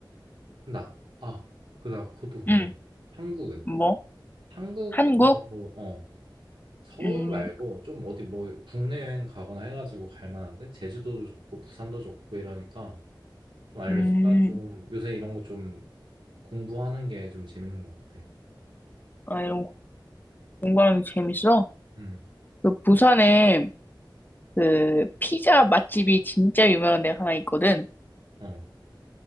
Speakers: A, on the right; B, on the left.
A: 나, 아, 그, 나 그것도 궁금해.
B: 응.
A: 한국은?
B: 뭐?
A: 한국에서
B: 한국?
A: 뭐, 어, 서울
B: 음,
A: 말고 좀 어디 뭐 국내 여행 가거나 해가지고 갈 만한데? 제주도도 좋고 부산도 좋고 이러니까 좀 알려줘.
B: 음.
A: 나 좀 요새 이런 거좀 공부하는 게 좀 재밌는 것 같아.
B: 아, 이런 공부하는 게 재밌어?
A: 음,
B: 그 부산에 그 피자 맛집이 진짜 유명한 데가 하나 있거든.
A: 어.